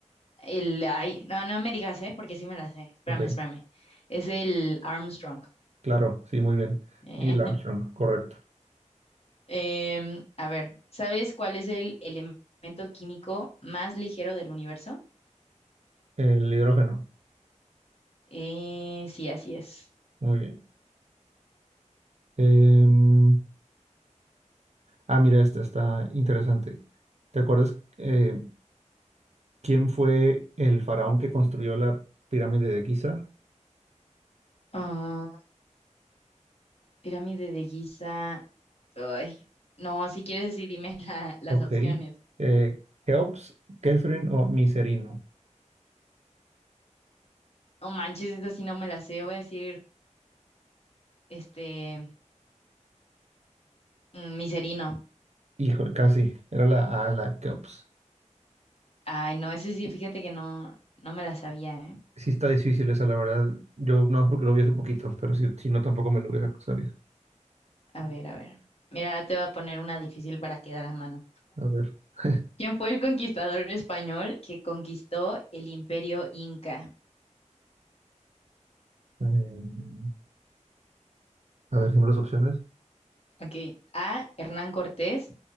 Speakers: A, on the left; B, on the right.
A: el, ay, no, no me digas, ¿eh? Porque sí me la sé, espérame,
B: Ok,
A: espérame, es el Armstrong.
B: claro, sí, muy bien.
A: Eh,
B: Neil
A: <laughs>
B: Armstrong, correcto.
A: em, a ver, ¿sabes cuál es el elemento químico más ligero del universo?
B: El hidrógeno,
A: Eh, sí, así es.
B: muy bien. Em, ah, mira, esta está interesante. ¿Te acuerdas eh, quién fue el faraón que construyó la pirámide de Giza?
A: Ah, pirámide de Giza, ay, no, si quieres sí dime <laughs> la- las
B: Ok.
A: opciones.
B: Eh, Keops, Kefren o Miserino.
A: No manches, eso sí no me la sé, voy a decir, este, mm, miserino.
B: Híjole, casi. Era la A, la Keops.
A: Ay, no, ese sí, fíjate que no, no me la sabía, ¿eh?
B: Sí está difícil esa, la verdad. Yo no porque lo vi hace poquito, pero si, si no tampoco me lo hubiera sabido.
A: A ver, a ver. Mira, ahora te voy a poner una difícil para quedar a mano.
B: A ver. <laughs>
A: ¿Quién fue el conquistador español que conquistó el imperio Inca?
B: em, a ver, dime las opciones.
A: Ok. A. Hernán Cortés.